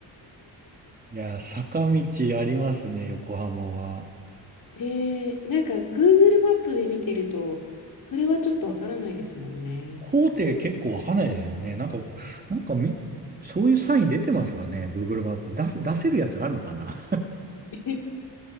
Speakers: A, on the right; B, on the left.
A: いやー、坂道ありますね、横浜は。
B: ねえ、なんか Google マップで見てると、それはちょっとわからないですもんね。
A: 工程結構わかんないですよね。なんか、なんかみ、そういうサイン出てますかね、Google マップ。出せ、出せるやつあるのかな
B: <laughs> い